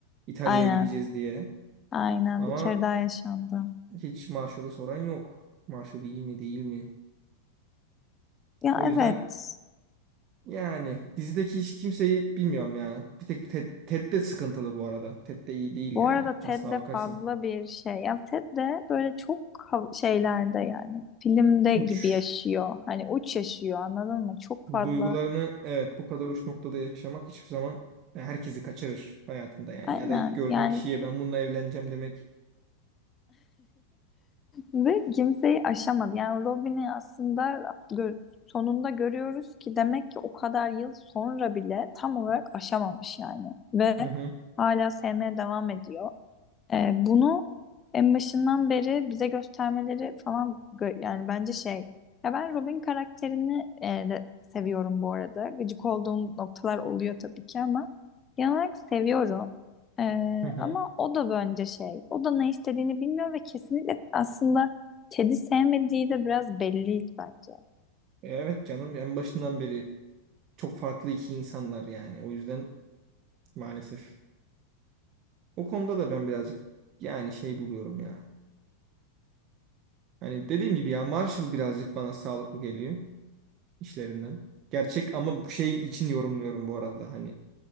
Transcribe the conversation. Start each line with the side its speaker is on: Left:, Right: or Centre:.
Right: İtalya'ya
Left: Aynen.
Right: gideceğiz diye.
Left: Aynen
Right: Ama
Left: bir kere daha yaşandı.
Right: hiç Marshall'ı soran yok. Marshall iyi mi değil mi?
Left: Ya
Right: O
Left: evet.
Right: yüzden Yani dizideki hiç kimseyi bilmiyorum ya. Bir tek Ted, Ted de sıkıntılı bu arada. Ted de iyi değil
Left: Bu
Right: yani.
Left: arada Ted
Right: Aslına
Left: de
Right: bakarsın.
Left: fazla bir şey. Ya Ted de böyle çok hav- şeylerde yani filmde
Right: Uç.
Left: gibi yaşıyor. Hani uç yaşıyor anladın mı? Çok fazla.
Right: Duygularını evet bu kadar uç noktada yaşamak hiçbir zaman herkesi kaçırır hayatında yani.
Left: Aynen
Right: Ya da ilk gördüğün
Left: yani
Right: kişiye ben bununla evleneceğim demek.
Left: ve kimseyi aşamadı. Yani Robin'i aslında gö- sonunda görüyoruz ki demek ki o kadar yıl sonra bile tam olarak aşamamış yani. Ve
Right: Hı hı
Left: hala sevmeye devam ediyor. Ee, bunu en başından beri bize göstermeleri falan gö- yani bence şey ya ben Robin karakterini e, de seviyorum bu arada. Gıcık olduğum noktalar oluyor tabii ki ama genel olarak seviyorum. Ee,
Right: hı hı.
Left: ama o da bence şey o da ne istediğini bilmiyor ve kesinlikle aslında Ted'i sevmediği de biraz belliydi bence.
Right: E, Evet canım en başından beri çok farklı iki insanlar yani. O yüzden maalesef. O konuda da ben birazcık yani şey buluyorum ya. Hani dediğim gibi ya Marshall birazcık bana sağlıklı geliyor. işlerinden. Gerçek ama bu şey için yorumluyorum bu arada hani.